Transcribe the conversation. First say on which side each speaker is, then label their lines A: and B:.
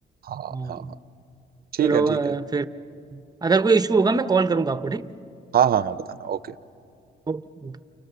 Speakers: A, on the right (about 50°); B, on the right (about 20°).
A: हाँ
B: हाँ
A: हाँ हाँ ठीक
B: चलो
A: है ठीक
B: अ,
A: है
B: फिर अगर कोई इशू होगा मैं कॉल करूँगा आपको ठीक
A: हाँ हाँ हाँ बताना ओके
B: ओके।